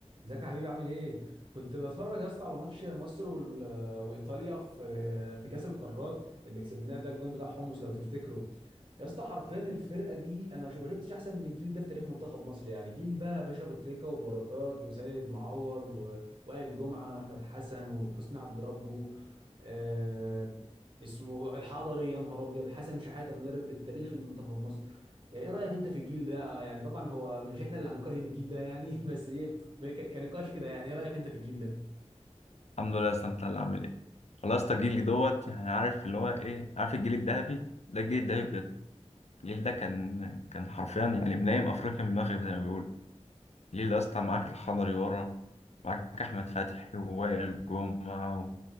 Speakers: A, on the right; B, on the left.
A: ازيك يا حبيبي عامل ايه؟ كنت بتفرج يا اسطى على ماتش مصر وال- وايطاليا في في كاس القارات اللي كسبناه ده الجون بتاع حمص لو تفتكره. يا اسطى حرفيا الفرقه دي انا شو- ما شفتش احسن من الجيل ده في تاريخ منتخب مصر يعني جيل بقى باشا ابو تريكه وبركات وسيد معوض و- وائل جمعه واحمد حسن وحسني عبد ربه آه اسمه الحضري يا نهار ابيض حسن شحاته المدرب التاريخي لمنتخب مصر. آه، ايه رايك انت في الجيل ده يعني طبعا هو مش احنا اللي هنقيم الجيل ده يعني <laughs> بس ايه ك- كنقاش كده يعني ايه رايك انت في الجيل ده؟
B: الحمد لله يا اسطى انت اللي عامل ايه والله يا اسطى جيلي دوت يعني عارف اللي هو ايه عارف الجيل الذهبي ده الجيل الذهبي بجد الجيل ده كان كان حرفيا يعني منايم افريقيا من المغرب زي ما بيقولوا الجيل ده يا اسطى معاك الحضري ورا معاك احمد فتحي ووائل جمعه